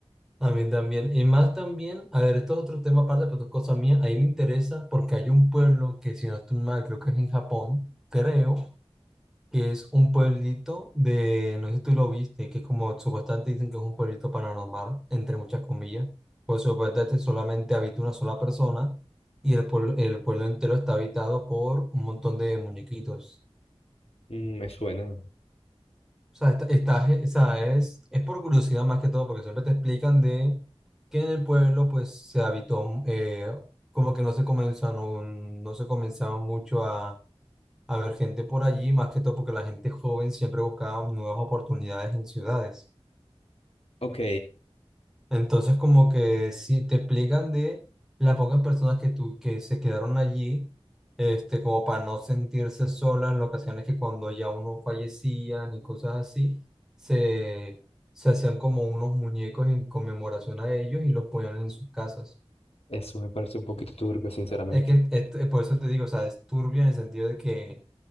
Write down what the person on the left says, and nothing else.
Mm, Me suena.
Ok,
eso me parece un poquito turbio, sinceramente.